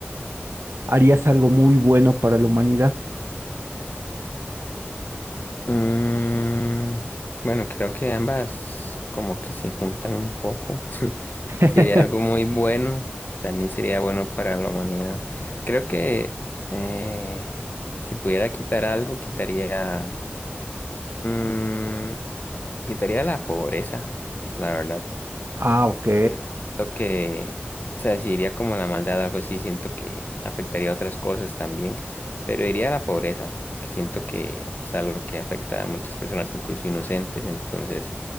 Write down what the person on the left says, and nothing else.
Mm, bueno, creo que ambas como que se juntan un poco. <laughs>
Sería algo muy bueno. También sería bueno para la humanidad. Creo que eh, si pudiera quitar algo, quitaría, mm, quitaría la pobreza, la verdad.
porque siento que, o sea, si iría como a la maldad o algo así, siento que afectaría a otras cosas también, pero iría a la pobreza, que siento que es algo que afecta a muchas personas, incluso inocentes, entonces